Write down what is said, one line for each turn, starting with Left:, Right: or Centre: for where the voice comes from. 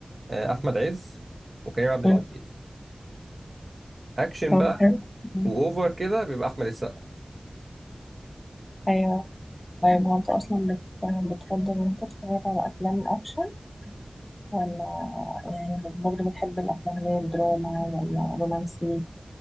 Right: آه أحمد عز وكريم عبد
Left: مم.
Right: العزيز أكشن
Left: طب
Right: بقى
Left: حلو. مم.
Right: وأوفر كده بيبقى أحمد السقا
Left: ايوه طيب هو انت اصلا بت... بتفضل ان انت تتفرج على افلام الاكشن ولا يعني بت- برضه بتحب الافلام اللي هي الدراما ولا رومانسي